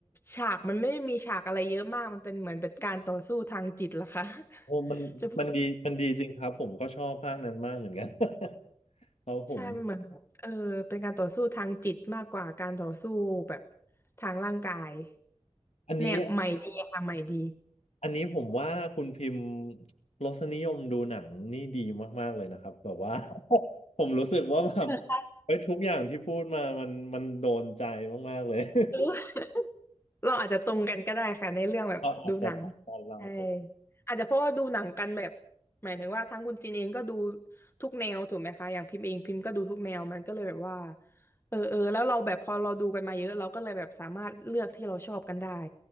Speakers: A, on the left; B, on the left.
A: ฉากมันไม่ได้มีฉากอะไรเยอะมากมันเป็นเหมือนเป็นการต่อสู้ทางจิตล่ะค่ะ
B: โอ้มันมันดีมันดีจริงครับผมก็ชอบภาคนั้นมากเหมือนกัน
A: <laughs> จะพูด
B: <laughs> ครับผม
A: ใช่มันเหมือนแบบเออเป็นการต่อสู้ทางจิตมากกว่าการต่อสู้แบบทางร่างกาย
B: อันนี้
A: เนี่ยใหม่ดีค่ะใหม่ดี
B: อันนี้ผมว่าคุณพิมพ์รสนิยมดูหนังนี่ดีมากๆเลยนะครับแบบว่า <laughs> ผมรู้สึกว่าแบบ
A: <laughs>
B: เฮ้ยทุกอย่างที่พูดมามันมันโดนใจมากๆเลย <laughs>
A: เออเราอาจจะตรงกันก็ได้ค่ะในเรื่องแบบดูหนัง
B: เราอาจจะตอนเราอาจจะ
A: ใช่อาจจะเพราะว่าดูหนังกันแบบหมายถึงว่าทั้งคุณจินเองก็ดูทุกแนวถูกไหมคะอย่างพิมพ์เองพิมพ์ก็ดูทุกแนวมันก็เลยแบบว่าเออเออแล้วเราแบบพอเราดูกันมาเยอะเราก็เลยแบบสามารถเลือกที่เราชอบกันได้